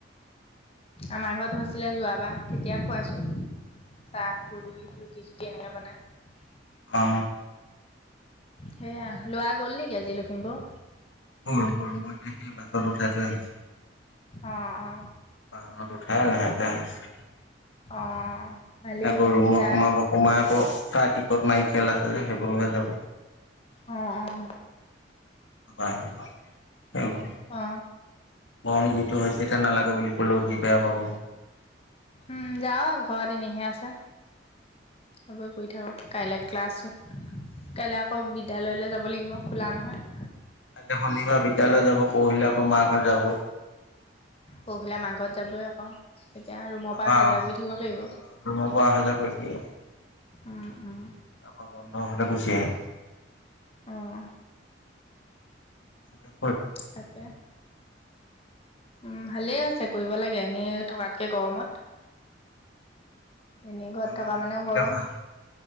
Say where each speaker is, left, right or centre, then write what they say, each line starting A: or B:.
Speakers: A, on the left; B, on the left.
A: আমাৰ ঘৰত হৈছিলে যোৱাবাৰ তেতিয়া খোৱাইছো। চাহ পুৰি ৰুটি চুটি এনেকে বনায়।
B: অ
A: সেয়া লোৱা গ'ল নেকি আজি লখিমপুৰ।
B: গ'ল গ'ল মাএ সেই বাছত উঠাই আহিছোঁ।
A: অ অ
B: বাহনত উঠাই লাহেকে আহিছোঁ।
A: অ ভালেই
B: আকৌ
A: হ'ল
B: ৰুমত
A: তাৰ
B: সোমাব সোমাই আকৌ তা টিকট মাৰি খেল আছে যে সেইবোৰ লৈ যাব।
A: অ অ
B: গুৱাহাটী পাব সেইবোৰ
A: অ
B: গৰম যিটো হৈছে এতিয়া নালাগে বুলি কলেও সি বেয়া পাব।
A: উম যাওঁক ঘৰত এনেই হে আছে। আগৈ থাকক কাইলৈ ক্লাছ কাইলৈ আকৌ বিদ্যালয়লৈ যাব লাগিব খোলা নহয়।
B: কাইলৈ শনিবাৰ বিদ্যালয় যাব পৰহিলে আকৌ মা ঘৰত যাব।
A: পৰহিলে মাৰঘত যাবই আকৌ তেতিয়া ৰুমৰ
B: তাৰপৰা
A: পৰা আহা
B: হস্পিটেল
A: জাহা কৰি থাকিব পাৰিব।
B: ৰুমৰ পৰা অহা যোৱা কৰি থাকিব
A: উম উম
B: তাৰপৰা বন্ধ হ'লে গুচি আহে।
A: অহ
B: থাকেন
A: তাকে, উম ভালেই আছে কৰিব লাগে এনেই থকাতকৈ গৰমত এনেই ঘৰত
B: গৰমত
A: থকা
B: সেইবোৰ
A: মানেও
B: কৰিলে
A: গৰম
B: ভাল